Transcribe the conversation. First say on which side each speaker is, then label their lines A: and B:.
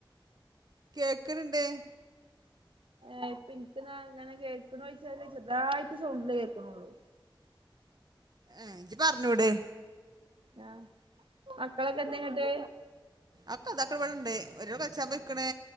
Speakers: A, on the right (about 50°); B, on the right (about 90°).
A: കേക്ക്ണ് ണ്ട്
B: എ ഇപ്പ ഇന്ക്ക്ന്നാൽ എങ്ങനെ കേൾക്ക്ണോയിച്ചാല് ചെറ്തായിട്ട് സൗണ്ടില് കേൾക്കുണുള്ളൂ
A: എഹ് ഇജ് പറഞ്ഞൂട്
B: ആഹ. മക്കളൊക്കെ എന്തെങ്ങട്ട്
A: അക്ക അതാക്ക്ണ് ഇവിട്ണ്ട് ഒരാൾ കൾച്ചാപെയ്ക്ക്ണ്